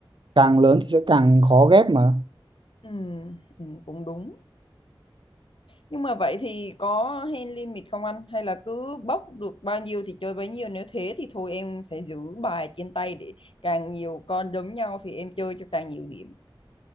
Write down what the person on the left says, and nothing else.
Ừ, ừ, cũng đúng. Nhưng mà vậy thì có hand limit không anh? Hay là cứ bốc được bao nhiêu thì chơi bấy nhiêu? Nếu thế thì thôi em sẽ giữ bài trên tay để càng nhiều con đấm nhau thì em chơi cho càng nhiều điểm.